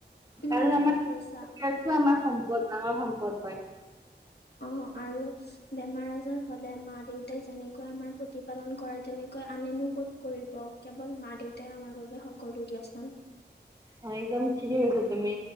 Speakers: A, on the left (about 65°); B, on the right (about 20°).
A: উম,
B: কাৰণ,
A: ঠিকে
B: আমাৰ
A: কৈছা।
B: আমাৰ সম্পদ ডাঙৰ সম্পদ হয়
A: অ', আৰু বেমাৰ আজাৰ হলে মা দেউতাই যেনেকৈ আমাৰ প্ৰতিপালন কৰে, তেনেকৈ আনেনো ক'ত কৰিব কেৱল মা দেউতাই আমাৰ বাবে সকলো দিয়াচোন।
B: অ একদম ঠিকেই কৈছা তুমি